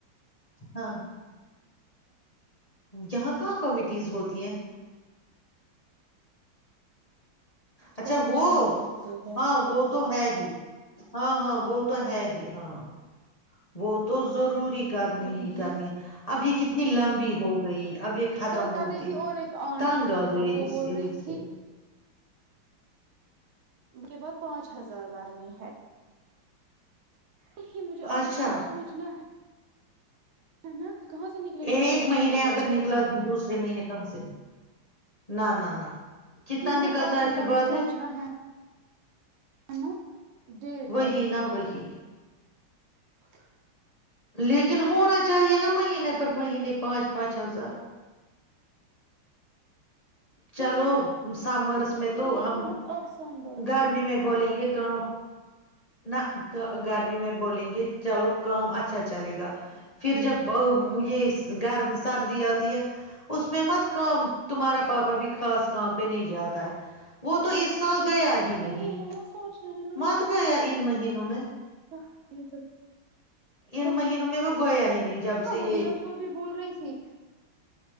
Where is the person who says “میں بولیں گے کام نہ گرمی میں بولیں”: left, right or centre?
Left